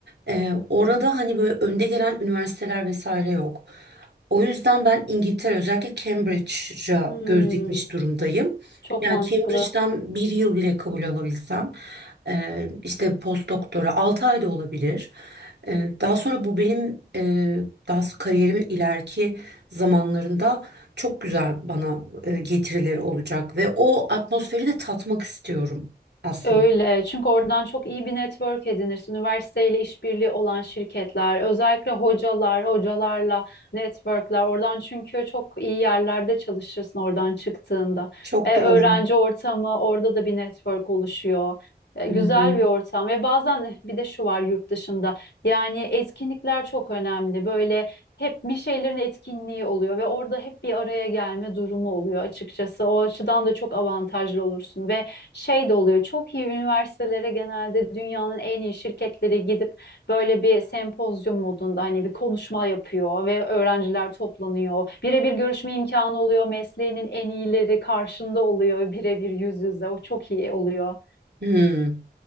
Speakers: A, on the right; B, on the left.
A: e, orada hani böyle önde gelen üniversiteler vesaire yok. O yüzden ben İngiltere özellikle Cambridge'a
B: Hmm,
A: göz dikmiş durumdayım.
B: çok
A: Yani
B: mantıklı.
A: Cambridge'den bir yıl bile kabul alabilsem e, işte post doktora 6 ay da olabilir. E, daha sonra bu benim e, daha s- kariyerimin ileriki zamanlarında çok güzel bana e, getirileri olacak ve o atmosferi de tatmak istiyorum aslında.
B: Öyle. Çünkü oradan çok iyi bir network edinirsin. Üniversiteyle işbirliği olan şirketler, özellikle hocalar, hocalarla networkler. Oradan çünkü çok iyi yerlerde çalışırsın oradan çıktığında.
A: Çok
B: E,
A: doğru.
B: öğrenci ortamı, orada da bir network oluşuyor. E,
A: Hı
B: güzel
A: hı.
B: bir ortam ve bazen bir de şu var yurt dışında. Yani etkinlikler çok önemli. Böyle hep bir şeylerin etkinliği oluyor ve orada hep bir araya gelme durumu oluyor açıkçası. O açıdan da çok avantajlı olursun ve şey de oluyor. Çok iyi üniversitelere genelde dünyanın en iyi şirketleri gidip böyle bir sempozyum modunda hani bir konuşma yapıyor ve öğrenciler toplanıyor. Birebir görüşme imkanı oluyor. Mesleğinin en iyileri karşında oluyor birebir yüz yüze. O çok iyi oluyor.
A: Hı.